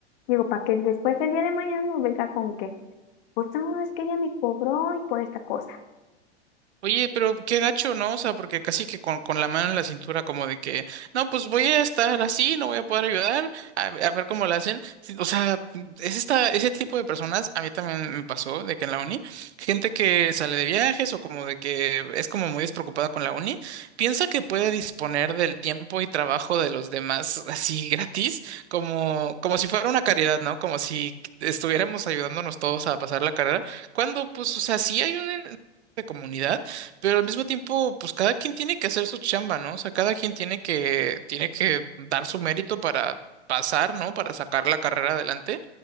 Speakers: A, on the left; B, on the right.
A: Digo, para que después el día de mañana no venga con que, pues no, es que ella me cobró y por esta cosa.
B: Oye, pero qué gacho, ¿no? O sea, porque casi que con, con la mano en la cintura, como de que, no, pues voy a estar así, no voy a poder ayudar, a, a ver cómo lo hacen. Sí, O sea, es esta, ese tipo de personas, a mí también me pasó de que en la uni, gente que sale de viajes o como de que es como muy despreocupada con la uni, piensa que puede disponer del tiempo y trabajo de los demás así gratis, como, como si fuera una caridad, ¿no? Como si estuviéramos ayudándonos todos a pasar la carrera, cuando, pues, o sea, sí hay un de comunidad pero al mismo tiempo, pues cada quien tiene que hacer su chamba, ¿no? O sea, cada quien tiene que, tiene que dar su mérito para pasar, ¿no? Para sacar la carrera adelante.